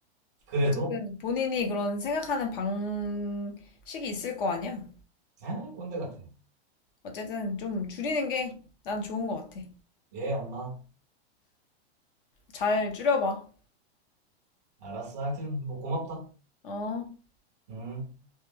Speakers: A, on the right; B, on the left.
A: 그래도?
B: 어쨌든 본인이 그런 생각하는 방식이 있을 거 아니야?
A: 에 꼰대 같아.
B: 어쨌든 좀 줄이는 게 난 좋은 것 같아.
A: 예, 엄마.
B: 잘 줄여봐.
A: 알았어. 하여튼 뭐 고맙다.
B: 어.
A: 음.